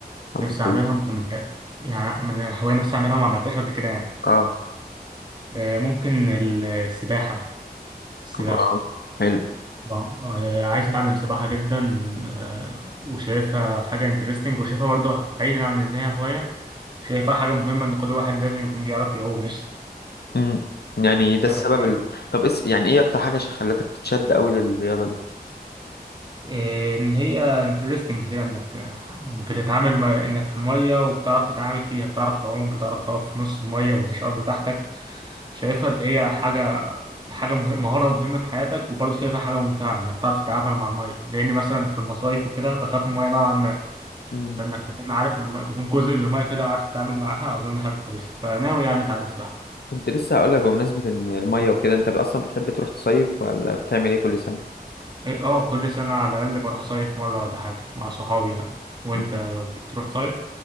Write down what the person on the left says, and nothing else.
او
تتعلم
اه
آه. حلو
امم يعني ده السبب
ال... طب اس... يعني ايه اكتر حاجه عشان خلتك تتشد قوي للرياضه دي
امم
كنت لسه هقول لك بمناسبة ان المية وكده انت اصلا بتحب تروح تصيف ولا بتعمل ايه كل سنة؟
مم.